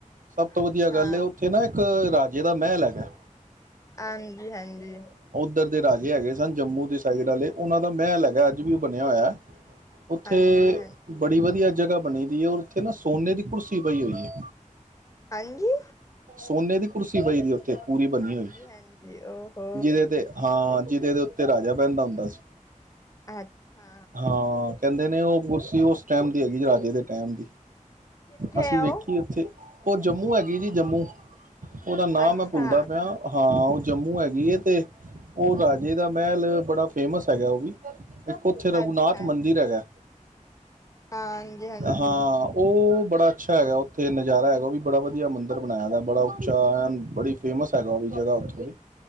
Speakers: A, on the right (about 80°); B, on the left (about 25°).
A: ਸਭ ਤੋਂ
B: ਅੱਛਾ
A: ਵਧੀਆ ਗੱਲ ਉੱਥੇ ਨਾ ਇੱਕ ਰਾਜੇ ਦਾ ਮਹਿਲ ਹੈਗਾ।
B: ਹਾਂਜੀ, ਹਾਂਜੀ।
A: ਇੱਧਰ ਦੇ ਰਾਜੇ ਹੈਗੇ ਸਨ। ਜੰਮੂ ਦੇ ਸਾਈਡ ਵਾਲੇ। ਉਹਨਾਂ ਦਾ ਮਹਿਲ ਹੈਗਾ ਅੱਜ ਵੀ ਉਹ ਬਣਿਆ ਹੋਇਆ। ਉੱਥੇ
B: ਹਾਂਜੀ ਹਾਂ
A: ਬੜੀ ਵਧੀਆ ਜਗਹਾ ਬਣੀ ਦੀ ਹੈ। ਉੱਥੇ ਨਾ ਸੋਨੇ ਦੀ ਕੁਰਸੀ ਪਈ ਹੋਈ ਏ।
B: ਹਾਂਜੀ।
A: ਸੋਨੇ ਦੀ ਕੁਰਸੀ ਪਈ ਦੀਓ। ਥੇ ਪੂਰੀ ਬਣੀ
B: ਹਾਂਜੀ,
A: ਹੋਈ
B: ਹਾਂਜੀ ਓਹੋ
A: ਜਿਹਦੇ ਤੇ ਹਾਂ ਜਿਦੇ ਤੇ ਉੱਤੇ ਰਾਜਾ ਪਹਿੰਦਾ ਹੁੰਦਾ ਸੀ।
B: ਅੱਛਾ।
A: ਹਾਂ ਕਹਿੰਦੇ ਨੇ ਉਹ ਕੁਰਸੀ ਉਸ ਟਾਈਮ ਦੀ ਹੈਗੀ ਰਾਜੇ ਦੇ ਟੈਮ ਦੀ।
B: ਕਿੱਥੇ
A: ਅਸੀਂ
B: ਆ
A: ਵੇਖੀ
B: ਉਹ?
A: ਉੱਥੇ। ਉਹ ਜੰਮੂ ਹੈਗੀ ਜੀ ਜੰਮੂ। ਉਹਦਾ ਨਾਮ
B: ਅੱਛਾ,
A: ਮੈਂ ਭੁੱਲਦਾ ਪਿਆ ਹਾਂ। ਜੰਮੂ ਹੈਗੀ ਹੈ ਤੇ ਉਹ ਰਾਜੇ ਦਾ ਮਹਿਲ ਬੜਾ ਫੇਮਸ ਹੈਗਾ ਉਹ ਵੀ। ਇੱਕ ਉੱਥੇ ਰਘੁਨਾਥ
B: ਅੱਛਾ,
A: ਮੰਦਿਰ
B: ਅੱਛਾ
A: ਹੈਗਾ।
B: ਹਾਂਜੀ, ਹਾਂਜੀ।
A: ਹਾਂ ਉਹ ਬੜਾ ਅੱਛਾ ਹੈਗਾ ਉੱਥੇ ਨਜ਼ਾਰਾ ਹੈਗਾ ਉਹ ਵੀ ਬੜਾ ਵਧੀਆ ਮੰਦਿਰ ਬਣਾਇਆ ਬੜਾ ਉੱਚਾ ਐ ਬੜੀ ਫੇਮਸ ਹੈਗਾ ਉਹ ਵੀ ਜਗ੍ਹਾ ਉੱਥੋਂ ਦੀ